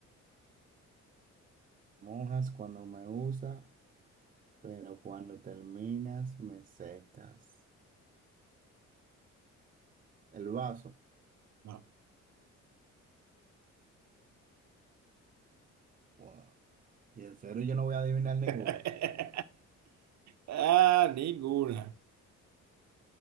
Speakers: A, on the right (about 30°); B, on the right (about 65°).
A: Mojas cuando me usa, pero cuando terminas me secas. El vaso,
B: No.
A: wow. Y en serio yo no voy a adivinar ninguno,
B: <laughs> Ah, ninguna.